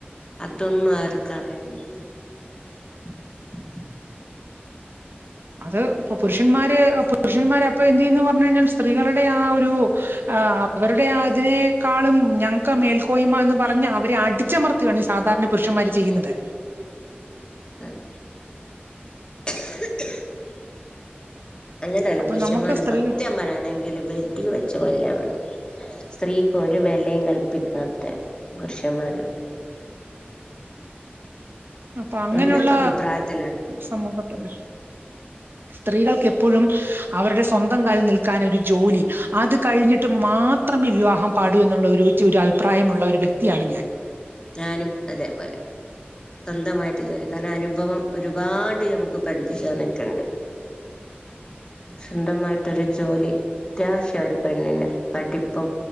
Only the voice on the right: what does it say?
അത് ഇപ്പൊ പുരുഷന്മാര് പുരുഷന്മാർ അപ്പൊ എന്ത് ചെയന്ന് പറഞ്ഞ കഴിഞ്ഞാൽ സ്ത്രീകളുടെ ആ ഒരു അവരുടെ ആ അതിനേക്കാളും ഞങ്ങൾക്ക് മേൽക്കോയ്മ എന്ന് പറഞ്ഞ് അവരെ അടിച്ചമർത്തുകയാണ് ഈ സാധാരണ പുരുഷന്മാര് ചെയ്യുന്നത്
അപ്പൊ
നമുക്ക് സ്ത്രീ
അപ്പൊ അങ്ങനെയുള്ള
സമൂഹത്തല്ലേ സ്ത്രീകൾക്ക്െപ്പോഴും അവരുടെ സ്വന്തം കാലൽ നിൽക്കാൻ ഒരു ജോലി അത് കഴിഞ്ഞിട്ട് മാത്ര അത്രം വിവാഹം പാടു എന്നുള്ള ഒരു ഒരു അഭിപ്രായമുള്ള ഒരു വ്യക്തിയാണ് ഞാൻ